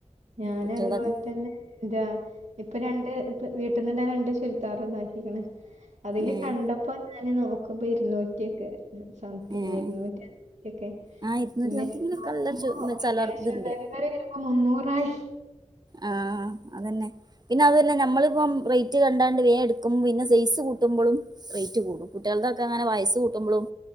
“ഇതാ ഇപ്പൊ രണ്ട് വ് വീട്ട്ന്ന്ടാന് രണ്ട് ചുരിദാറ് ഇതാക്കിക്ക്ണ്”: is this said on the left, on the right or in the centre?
Right